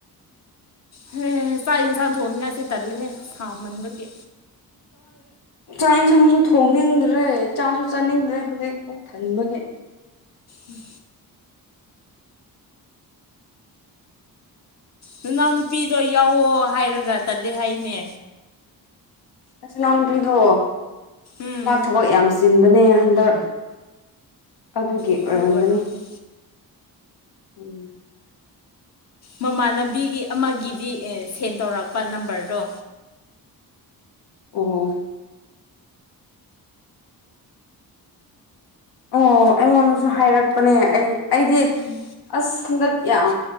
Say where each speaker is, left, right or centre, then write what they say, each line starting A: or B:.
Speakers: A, on the left; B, on the left.
A: ꯍ ꯆꯥꯛ ꯌꯦꯟꯁꯥꯡ ꯊꯣꯡꯅꯤꯡꯉꯥꯏꯁꯦ ꯇꯜꯂꯦꯍꯦ ꯊꯥꯃꯟꯕꯒꯤ
B: ꯆꯥꯛ ꯌꯦꯟꯁꯥꯡꯁꯨ ꯊꯣꯡꯅꯤꯡꯗ꯭ꯔꯦ ꯆꯥꯁꯨ ꯆꯥꯅꯤꯡꯗ꯭ꯔꯦ ꯍꯧꯖꯤꯛ ꯄꯨ ꯊꯟꯕꯒꯤ
A: ꯎꯝ ꯅꯅꯥꯎ ꯅꯨꯄꯤꯗꯣ ꯌꯥꯎꯑꯣ ꯍꯥꯏꯔꯒ ꯇꯂ ꯍꯥꯏꯅꯦ
B: ꯑꯁꯤꯆꯤꯟꯅꯥꯎꯄꯤꯗꯣ
A: ꯎꯝ
B: ꯃꯥ ꯊꯕꯛ ꯌꯥꯝ ꯆꯤꯟꯕꯅꯦ ꯍꯟꯗꯛ ꯑꯗꯨꯒꯤ
A: ꯑꯗꯨ
B: ꯑꯣꯏꯔꯝꯒꯅꯤ
A: ꯑꯣꯏꯔꯝꯅꯤ
B: ꯎꯝ
A: ꯃꯃꯥꯟꯅꯕꯤꯒꯤ ꯑꯃꯒꯤꯗꯤ ꯁꯦꯟ ꯇꯧꯔꯛꯄ ꯅꯝꯕꯔꯗꯣ
B: ꯑꯣ ꯑꯣ ꯑꯩꯉꯣꯟꯗꯁꯨ ꯍꯥꯏꯔꯛꯄꯅꯦ ꯑꯩ ꯑꯩꯗꯤ
A: ꯎꯝ
B: ꯑꯁ ꯍꯟꯗꯛ ꯌꯥꯝ